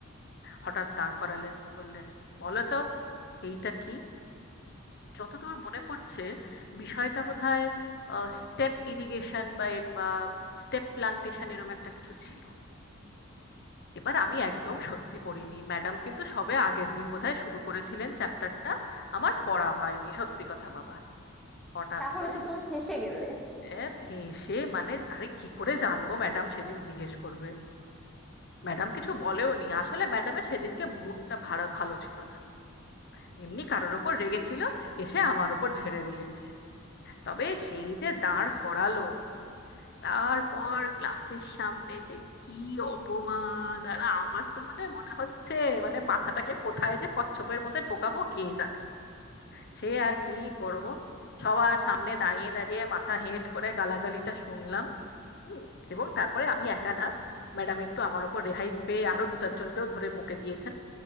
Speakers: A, on the left (about 50°); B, in the centre.
A: হঠাৎ দাঁড় করালেন বললেন বলো তো এইটা কি যতদূর মনে পড়ছে বিষয়টা বোধহয় স্টেপ ইরিগেশন বা এর- বা স্টেপ প্লান্টেশন এরকম একটা কিছু ছিল এবার আমি একদম সত্যি পড়িনি ম্যাডাম কিন্তু সবে আগের দিন বোধহয় শুরু করেছিলেন চ্যাপ্টারটা আমার পড়া হয়নি সত্যি কথা বাবা হঠাৎ
B: তাহলে
A: করে
B: তো তুমি ফেঁসে গেলে
A: এ, ফেঁসে মানে আরে কি করে জানবো ম্যাডাম সেদিন জিজ্ঞেস করবে ম্যাডাম কিছু বলেও নি আসলে ম্যাডামের সেদিনকে মুডটা ভালো ভালো ছিল না এমনি কারোর ওপর রেগেছিল এসে আমার ওপর ঝেড়ে দিয়েছে তবে সেই যে দাঁড় করালো তারপর ক্লাসের সামনে সে কি অপমান আর আমার তো মানে মনে হচ্ছে মানে মাথাটাকে কোথায় যে কচ্ছপের মধ্যে ঢোকাবো কে জানে সে আর কি করব সবার সামনে দাঁড়িয়ে দাঁড়িয়ে মাথা হেঁট করে গালাগালিটা শুনলাম হুম এবং তারপরে আমি একা না ম্যাডাম একটু আমার উপর রেহাই পেয়ে আরো দু চারজনকেও ধরে বকে দিয়েছেন